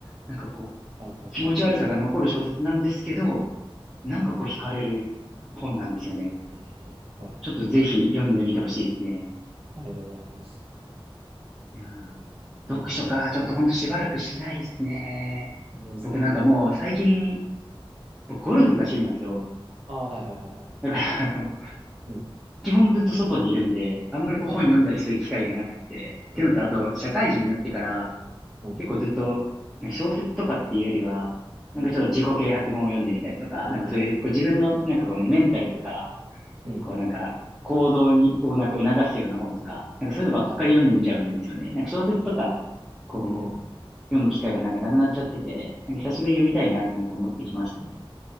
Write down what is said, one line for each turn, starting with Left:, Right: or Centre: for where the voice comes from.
Centre: なんかこう、
Right: はいはいはいは
Centre: 気持ち悪さが残る小説なんですけど、なんかこう惹かれる本なんですよね。
Right: い。ええはいはいはい。
Centre: ちょっとぜひ読んでみてほしいですね。
Right: ありがとうございます。
Centre: いやー
Right: うん。
Centre: 読書か、ちょっとほんとしばらくしないですね。
Right: 何ですか
Centre: 僕なんかもう最近、僕ゴルフが趣味なんですよ。
Right: ああー、はいはいはいはい。
Centre: だからあの、
Right: うん。
Centre: 基本ずっと外にいるんで、あんまりこう本読んだりする機会がなくて、
Right: はいはい。
Centre: っていうのとあと社会人になってから
Right: うん。うん。
Centre: 結構ずっとね小説とかっていうよりは、なんかちょっと自己啓発本を読んでみたりとか、
Right: うん。ああ、
Centre: なんかそういう、
Right: はい。
Centre: こう自分のなんかこうね、メンタルとか、
Right: うんうん。
Centre: こうなんか行動に、こうなんか促すような本とか、なんかそういうのばっかり読んじゃうんですよね。
Right: はいはい。
Centre: なんか小説とか、こう、
Right: うん。
Centre: 読む機会がなんかなくなっちゃってて、なんか久しぶりに読みたいなってなんか思ってきましたね。